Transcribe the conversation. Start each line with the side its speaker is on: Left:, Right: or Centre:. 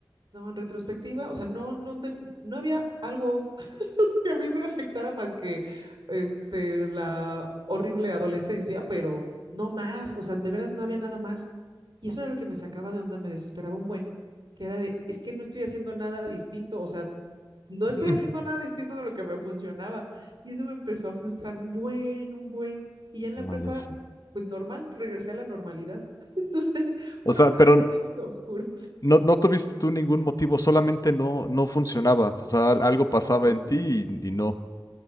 Right: No, en retrospectiva, o sea, no, no te, no había algo que a mí me afectara más que este, la horrible adolescencia, pero no más, o sea, de veras no había nada más. Y eso era lo que me sacaba de onda, me desesperaba un buen, que era de, es que no estoy haciendo nada distinto, o sea, no estoy
Left: Mm.
Right: haciendo nada distinto de lo que me funcionaba. Y eso me empezó a frustrar un buen, un buen. Y ya en la
Left: Ah,
Right: prepa,
Left: ya sé.
Right: pues normal, regresé a la normalidad. <laughs> Entonces,
Left: O
Right: fueron
Left: sea,
Right: tres
Left: pero
Right: años oscuros.
Left: no, no tuviste tú ningún motivo, solamente no, no funcionaba. O sea, al- algo pasaba
Right: No,
Left: en ti y, y no.